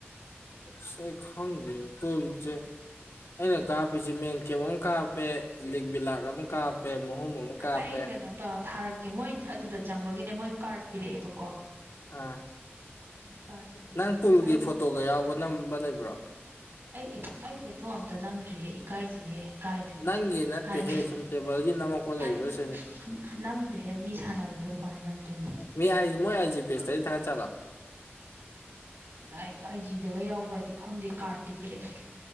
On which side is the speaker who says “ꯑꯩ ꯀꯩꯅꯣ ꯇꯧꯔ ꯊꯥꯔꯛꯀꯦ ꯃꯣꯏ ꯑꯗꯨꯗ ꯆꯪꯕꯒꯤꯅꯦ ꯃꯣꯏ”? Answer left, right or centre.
Right